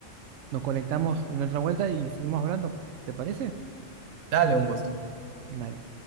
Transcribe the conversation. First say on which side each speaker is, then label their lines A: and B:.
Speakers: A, on the right (about 70°); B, on the right (about 85°).
A: nos conectamos en otra vuelta y seguimos hablando. ¿Te parece?
B: Dale un gusto.
A: Dale.